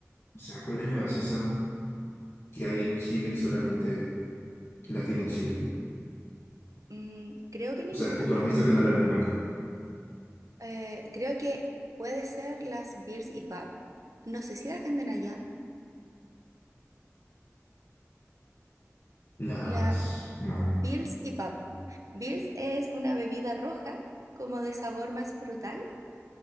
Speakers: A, on the left; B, on the right.
A: sea, cuál es la gaseosa que hay en Chile y solamente la tiene Chile?
B: Mm, creo que ninguna.
A: O sea, que tú has visto que no la venden acá.
B: Eh, creo que puede ser las Beers y Pub. No sé si las venden allá.
A: Las,
B: La,
A: no.
B: Bills y Pub. Bills es una bebida roja, como de sabor más frutal